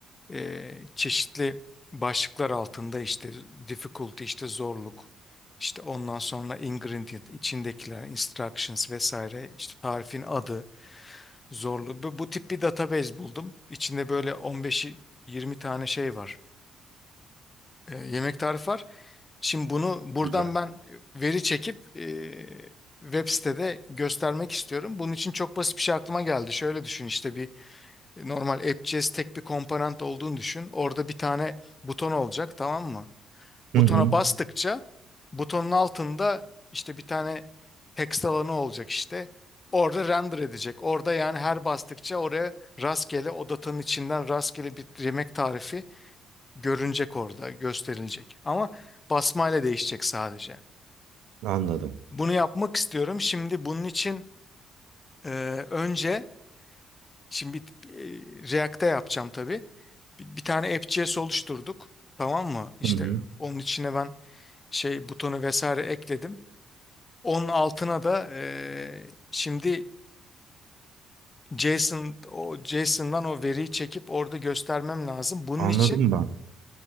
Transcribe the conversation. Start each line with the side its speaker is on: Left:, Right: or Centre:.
Left: eee, çeşitli başlıklar altında işte difficulty işte zorluk işte ondan sonra ingredient içindekiler instructions vesaire işte tarifin adı Zorlu. Bu, bu tip bir database buldum. İçinde böyle 15-20 tane şey var. E, yemek tarifi var. Şimdi bunu buradan
Right: Güzel.
Left: ben e, veri çekip e, web sitede göstermek istiyorum. Bunun için çok basit bir şey aklıma geldi. Şöyle düşün işte bir e, normal App.js tek bir komponent olduğunu düşün. Orada bir tane buton olacak tamam mı? Butona
Right: Hı hı.
Left: bastıkça butonun altında işte bir tane text alanı olacak işte. Orada render edecek. Orada yani her bastıkça oraya rastgele o datanın içinden rastgele bir yemek tarifi görünecek orada, gösterilecek. Ama basmayla değişecek sadece.
Right: Anladım.
Left: Bunu yapmak istiyorum. Şimdi bunun için e, önce şimdi bir- e, React'te yapacağım tabii. Bir, bir tane app.js oluşturduk. Tamam mı? İşte
Right: Hı hı.
Left: onun içine ben şey butonu vesaire ekledim. Onun altına da eee, şimdi JSON o JSON'dan o veriyi çekip orada göstermem lazım. Bunun
Right: Anladım
Left: için
Right: ben.